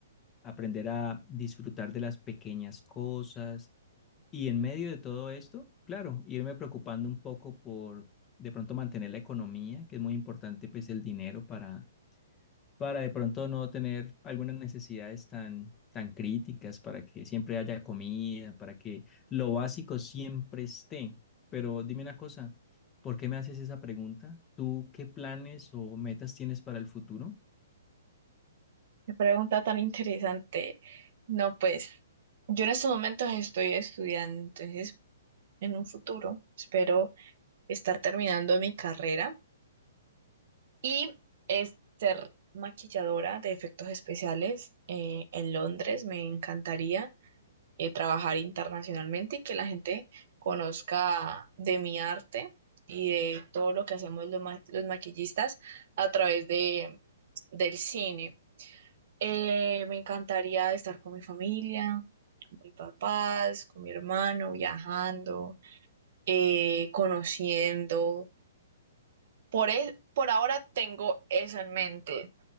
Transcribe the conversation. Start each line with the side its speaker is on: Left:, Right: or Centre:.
Left: aprender a disfrutar de las pequeñas cosas. Y en medio de todo esto, claro, irme preocupando un poco por de pronto mantener la economía, que es muy importante, pues el dinero para para de pronto no tener algunas necesidades tan, tan críticas, para que siempre haya comida, para que lo básico siempre esté. Pero dime una cosa, ¿por qué me haces esa pregunta? ¿Tú qué planes o metas tienes para el futuro?
Right: Qué pregunta tan interesante. No, pues yo en estos momentos estoy estudiando, entonces en un futuro espero estar terminando mi carrera y es ser maquilladora de efectos especiales eh, en Londres. Me encantaría. eh, trabajar internacionalmente y que la gente conozca de mi arte y de todo lo que hacemos los, ma- los maquillistas a través de, del cine. Eh, me encantaría estar con mi familia, con mis papás, con mi hermano, viajando, eh, conociendo. Por, e- por ahora tengo eso en mente.